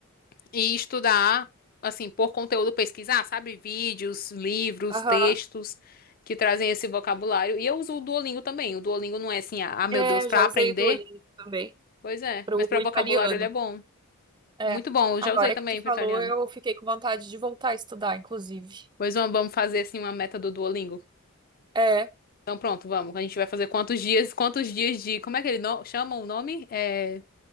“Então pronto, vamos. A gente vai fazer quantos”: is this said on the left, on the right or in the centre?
Left